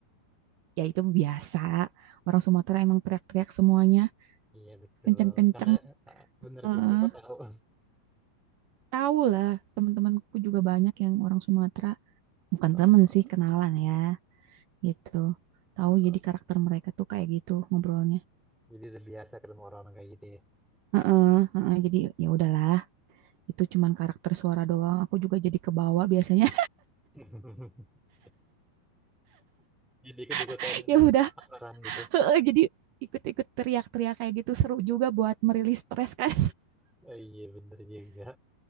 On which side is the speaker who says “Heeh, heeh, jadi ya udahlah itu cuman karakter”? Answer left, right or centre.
Right